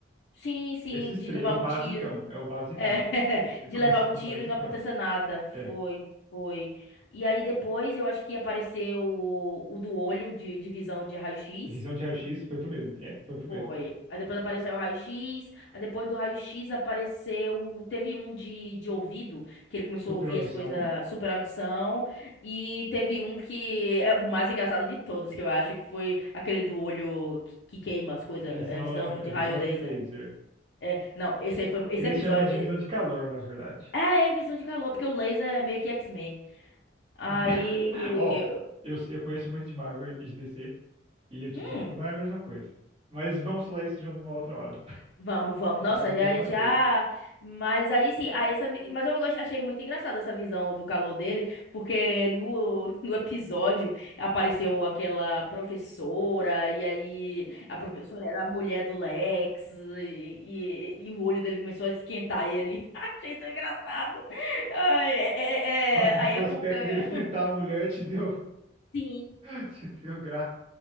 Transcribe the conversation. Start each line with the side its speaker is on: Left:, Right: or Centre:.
Left: sim, sim,
Right: esses
Left: de
Right: três,
Left: levar
Right: o
Left: um
Right: basicão,
Left: tiro.
Right: é o basicão.
Left: É, <laughs>
Right: Ele
Left: de
Right: começou
Left: levar um
Right: com
Left: tiro
Right: o basicão.
Left: e não acontecer nada.
Right: É.
Left: Foi, foi. E aí depois eu acho que apareceu o, o do olho de, de visão de raio-x.
Right: Visão de raio-x foi o primeiro. É, foi o primeiro.
Left: Foi. Aí depois apareceu o raio-x. Aí depois do raio-x apareceu. Teve um de, de ouvido, que ele começou
Right: Super
Left: a ouvir
Right: audição.
Left: as coisas, super audição. E teve um que é o mais engraçado de todos, que eu acho, que foi aquele do olho que, que queima as coisas,
Right: Visão,
Left: é, visão
Right: é
Left: de
Right: visão
Left: raio laser.
Right: de laser.
Left: É, não, esse aí foi. Esse
Right: Eles
Left: episódio.
Right: chamam de
Left: É,
Right: visão de calor, na verdade.
Left: é é visão de calor, porque o laser é meio que X-Men. Aí.
Right: <laughs> Ó, eu, eu conheço muito de Marvel e de DC, e eu te
Left: hum,
Right: digo que não é a mesma coisa. Mas vamos falar isso de uma outra hora. <laughs>
Left: Vamos, vamos. Nossa,
Right: Não é a
Left: já,
Right: mesma
Left: já.
Right: coisa.
Left: Mas aí sim, aí essa... vi- mas eu gost- achei muito engraçada essa visão do calor dele, porque no, <laughs> no episódio apareceu aquela professora, e aí a professora era a mulher do Lex, e, e, e o olho dele começou a esquentar e ele. <laughs> Achei tão engraçado. Ai, é, é-
Right: <laughs> A- O
Left: é a
Right: prospecto
Left: época. <laughs>
Right: dele fritar a mulher te deu.
Left: Sim.
Right: <laughs> Te deu graça.